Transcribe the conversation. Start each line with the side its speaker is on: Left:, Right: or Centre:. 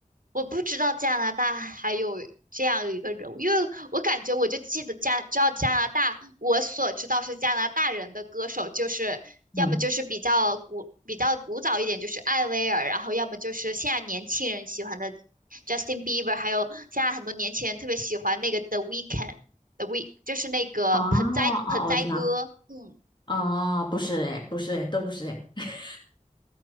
Right: 我不知道加拿大还有这样一个人物，因为我感觉我就记得加，知道加拿大，我所知道是加拿大人的歌手，就是要么就是比较古比较古早一点，
Left: 嗯，
Right: 就是艾薇儿，然后要么就是现在年轻人喜欢的 Justin Bieber，还有现在很多年轻人特别喜欢那个 The Weeknd，The Week 就是那个盆栽盆栽哥，
Left: 哦哦，我知道。
Right: 嗯。
Left: 哦，不是哎，不是哎，都不是哎。<laughs>